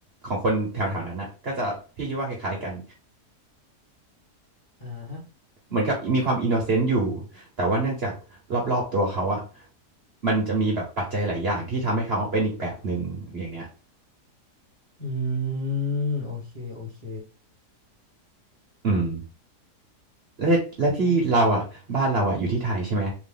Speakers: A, on the right; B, on the left.
A: ของคนแถวๆนั้นอะก็จะพี่คิดว่าคล้ายๆกัน
B: อ่าฮะ
A: เหมือนกับมีความอินโนเซนต์อยู่แต่ว่าเนื่องจากรอบๆตัวเขาอะมันจะมีแบบปัจจัยหลายอย่างที่ทำให้เขาเป็นอีกแบบหนึ่งอย่างเนี้ย
B: อืมโอเคโอเค
A: อืม และและที่เราอ่ะบ้านเราอ่ะอยู่ที่ไทยใช่ไหม
B: อ๋อเก็ตละ